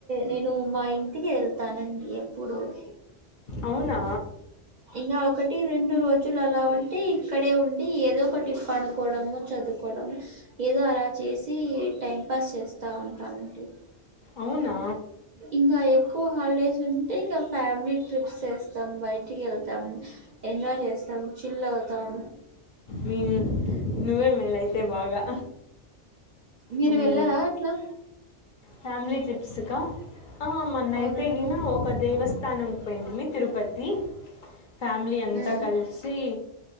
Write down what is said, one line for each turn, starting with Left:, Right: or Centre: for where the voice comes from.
Right: నేను మా ఇంట్ ఇంటికి వెళ్తానండి. ఎప్పుడు ఓ
Left: అవునా
Right: ఇంగా ఒకటి రెండు రోజులు అలా ఉంటే ఇక్కడే ఉండి. ఏదో ఒకటి ఫన్ కోవడము, చదువుకోవడము, ఏదో అలా చేసి టైం పాస్ చేస్త ఉంటానండి.
Left: అవునా
Right: ఇంగా ఎక్కువ హాలిడేస్ ఉంటే ఇంగా ఫ్యామిలీ ట్రిప్స్ ఎస్తాం, బయటికి వెళ్తాం, ఎంజాయ్ చేస్తాం, చిల్ అవుతాం.
Left: మీవే నువ్వే మేల అయితే బాగా.
Right: మీరు
Left: ఉహ్మ్
Right: వెళ్ళరా అట్లా
Left: ఫ్యామిలీ ట్రిప్ ప్స్ స్కా ఆ మన్నయితేఎనా
Right: అవునండి
Left: ఒక దేవస్థానం పెయింట్మిర్ తిరుపతి ఫ్యామిలీ అంతా
Right: ఉమ్.
Left: కలిసి